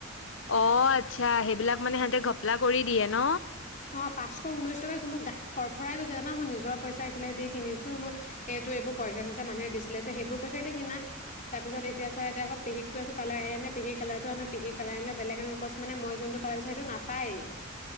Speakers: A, on the left; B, on the left.
A: অহ, আচ্ছা সেইবিলাক মানে সিহঁতে ঘপলা কৰি দিয়ে ন?
B: অহ, পাঁচশ ঊনৈশ টকা লৈছে মোৰ গাত ফৰফৰাই গৈছে জানা মই নিজৰ পইচা এইফাল দি কিনিছো মই এইটো এইবোৰ পইচা চইচা মানুহে দিছিলে যে সেইবোৰ পইচাই দি কিনা তাৰপিছত এতিয়া ছা যে আকৌ পেহীক কৈ আছো কালাৰ আহেনে পেহীৰ কালাৰটো আনা পেহীৰ কালাৰ আনে নে বেলেগ আনে কজ মানে মই যোনটো কালাৰটো সেইটো নাপায়েই